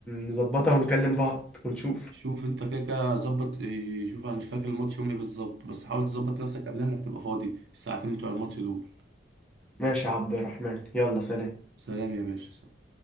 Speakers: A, in the centre; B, on the right (about 65°).
A: نظبطها ونكلم بعض ونشوف
B: شوف انت كده كده ظبط إيه، شوف انا مش فاكر الماتش يوم ايه بالظبط بس حاول تظبط نفسك قبل انك تبقى فاضي الساعتين بتوع الماتش دول
A: ماشي يا عبد الرحمن يلا سلام
B: سلام يا باشا